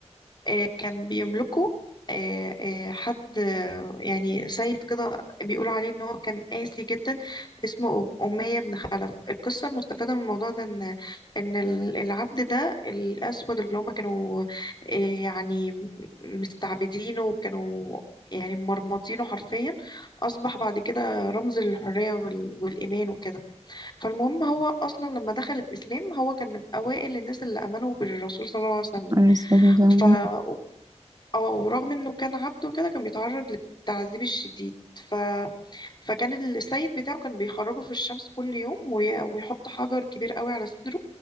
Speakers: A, on the left; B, on the right.
A: آه، كان بيملكه آه، آه، حد آه، يعني سيد كده بيقولوا عليه ان هو كان قاسي جدا اسمه أمية بن خلف القصة المستفادة من الموضوع ده ان ان ال- العبد ده الأسود اللي هم كانوا آه، يعني م- مستعبدينه وكانوا يعني مرمطينه حرفيا أصبح بعد كده رمز للحرية وال- والإيمان وكده فالمهم هو أصلا لما دخل الإسلام هو كان من أوائل الناس اللي آمنوا بالرسول صلى الله عليه وسلم
B: عليه الصلاة والسلام
A: ف اه ورغم انه كان عبد وكده كان بيتعرض للتعذيب الشديد ف... فكان السيد بتاعه كان بيخرجه في الشمس كل يوم وي... ويحط حجر كبير قوي على صدره